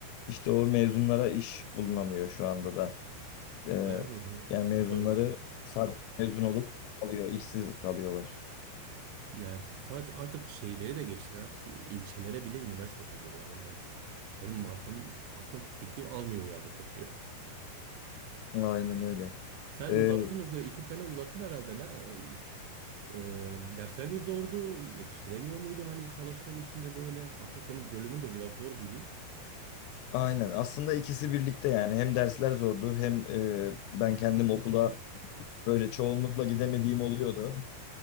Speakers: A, on the left (about 80°); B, on the right (about 80°).
A: işte o mezunlara iş bulunamıyor şu anda da. E,
B: Yani
A: yani
B: <laughs>
A: mezunları
B: doğru diyorsun.
A: sadece mezun olup kalıyor, işsiz kalıyorlar.
B: Yani sadece artık şehirleri de geçtiler. Artık e, ilçelere bile üniversite kuruyorlar. Yani benim mantığım, aklım, fikrim almıyor ya bu konuyu. <laughs>
A: Aynen öyle.
B: Sen
A: E,
B: uzattın, o iki sene uzattın herhalde. Ne, e, e, dersler mi zordu? Yetiştiremiyor muydun hani çalıştığın içinde böyle? Aslında senin bölümün de biraz zor gibi.
A: Aynen. Aslında ikisi birlikte yani hem dersler zordu hem e, ben kendim okula böyle çoğunlukla gidemediğim oluyordu.